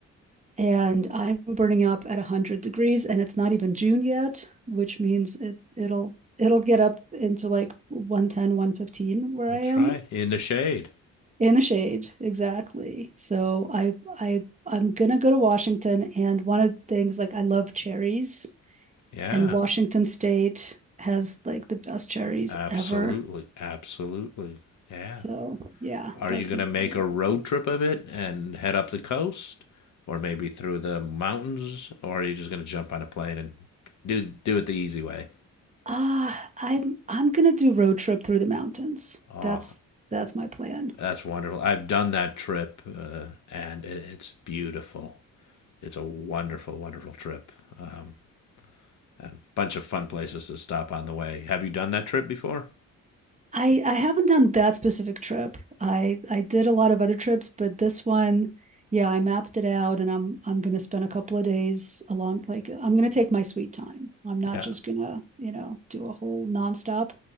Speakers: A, on the right; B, on the left.
A: and I'm burning up at 100 degrees and it's not even June yet, which means it it'll it'll get up into like one ten, one fifteen where
B: That's
A: I am
B: right. In the shade.
A: in the shade exactly so i i i'm gonna go to washington and one of the things like i love cherries
B: Yeah.
A: and washington state has like the best cherries
B: Absolutely.
A: ever
B: Absolutely. Yeah.
A: so yeah
B: Are
A: that's
B: you going
A: my
B: to make
A: plan
B: a road trip of it and head up the coast or maybe through the mountains or are you just going to jump on a plane and do do it the easy way?
A: ah i'm i'm gonna do road trip through the mountains
B: Oh,
A: that's that's my plan
B: that's wonderful. I've done that trip uh, and it, it's beautiful. It's a wonderful wonderful trip. Um, and bunch of fun places to stop on the way. Have you done that trip before?
A: I I haven't done that specific trip. I I did a lot of other trips, but this one, yeah, I mapped it out and I'm I'm gonna spend a couple of days along like I'm gonna take my sweet time. I'm not
B: Yeah.
A: just gonna, you know, do a whole nonstop.